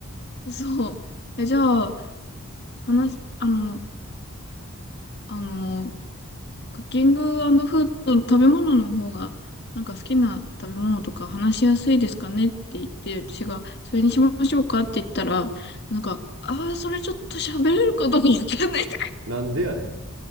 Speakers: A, on the left (about 50°); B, on the right (about 60°).
A: そう。え、じゃあ、話、あの、あの、クッキングフード、食べ物の方が、なんか好きな食べ物とか話しやすいですかねって言って、私が、それにしましょうかって言ったら、なんか、ああ、それちょっと喋れるかどうかわかんないとか
B: なんでやね